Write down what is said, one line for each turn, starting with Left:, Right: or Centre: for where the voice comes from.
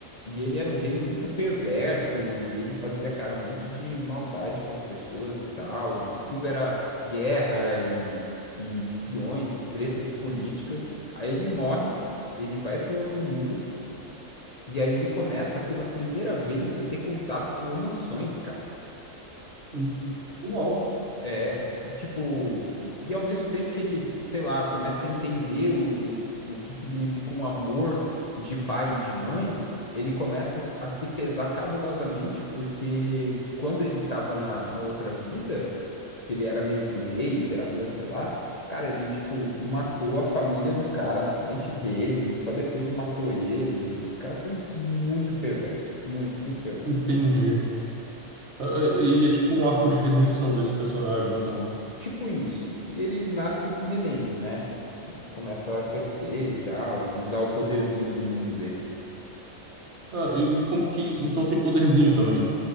Left: E ele era um rei muito perverso, e ele fazia, cara, um monte de maldade com as pessoas e tal, e tudo era guerra e, e espiões e tretas políticas. Aí ele morre, ele vai para um outro mundo, e aí ele começa pela primeira vez a ter contato com emoções, cara.
Right: Uhum. Uau,
Left: É, e tipo, e e ao mesmo tempo que ele, sei lá, começa a entender o, o, o que significa um amor de pai e de mãe, ele começa a, se a se pesar cabulosamente, porque quando ele tava na, na outra vida, que ele era meio que o rei, imperador, sei lá, cara, ele, tipo, matou a família do cara na frente dele, só depois matou ele. O cara foi muito perverso, muito, muito perverso.
Right: entendi. Ah, ah, E é tipo um arco de redenção desse personagem, então.
Left: Tipo isso. E ele nasce neném, né? E começa a crescer e tal, e usar o poderzinho do mundo dele.
Right: Ah, e, e como que. Então tem poderzinho também.